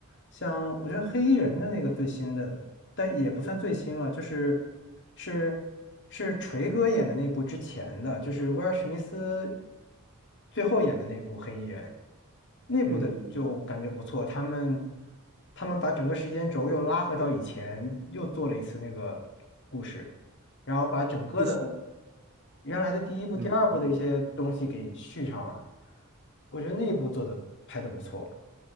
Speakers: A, on the left; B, on the right.
A: 像我觉得黑衣人的那个最新的，但也不算最新了，就是是是锤哥演的那部之前的，就是威尔史密斯最后演的那部黑衣人。内部的就感觉不错，
B: 嗯，
A: 他们他们把整个时间轴又拉回到以前，又做了一次那个故事，然后把整个的
B: 就是
A: 原来的第一部、
B: 嗯嗯，
A: 第二部的一些东西给续上了。我觉得那一部做的拍的不错，